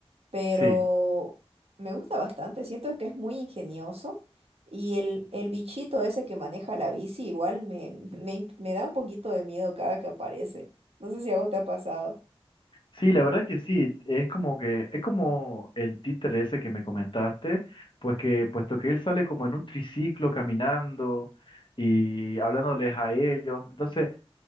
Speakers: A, on the right; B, on the left.
A: Pero
B: Sí,
A: me gusta bastante, siento que es muy ingenioso y el, el bichito ese que maneja la bici igual me, me, me da un poquito de miedo cada que aparece. No sé si a vos te ha pasado.
B: sí, la verdad que sí, es como que, es como el títere ese que me comentaste, pues que, puesto que él sale como en un triciclo caminando y hablándoles a ellos, entonces,